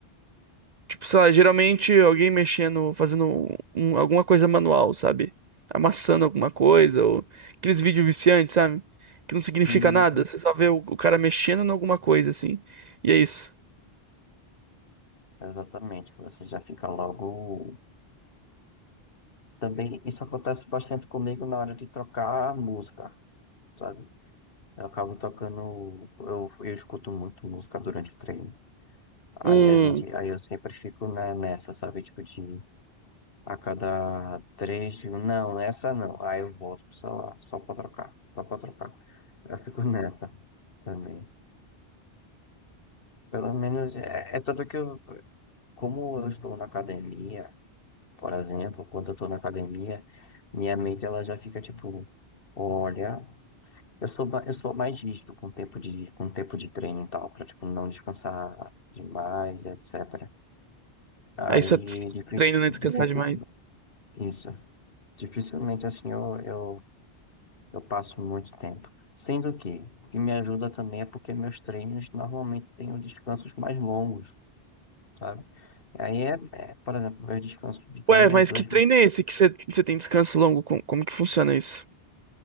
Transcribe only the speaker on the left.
Sim,
exatamente. Você já fica logo. Também isso acontece bastante comigo na hora de trocar a música, sabe? Eu acabo tocando. Eu, eu escuto muito música durante o treino. Aí
a gente, aí eu sempre fico né, nessa, sabe? Tipo, de a cada três, digo, não, nessa não. Aí eu volto pro celular, só pra trocar, só pra trocar. Eu fico <laughs> nessa também. Pelo menos é, é tanto que eu, como eu estou na academia. Por exemplo, quando eu tô na academia, minha mente ela já fica tipo, olha, eu sou, ba- eu sou mais rígido com o tempo de, com o tempo de treino e tal, pra tipo, não descansar demais, etc. Aí,
difícil,
difícil,
isso. Dificilmente assim eu, eu, eu passo muito tempo. Sendo que, o que me ajuda também é porque meus treinos normalmente têm descansos mais longos, sabe? Aí é, é, por exemplo, meus descansos de treino
é dois,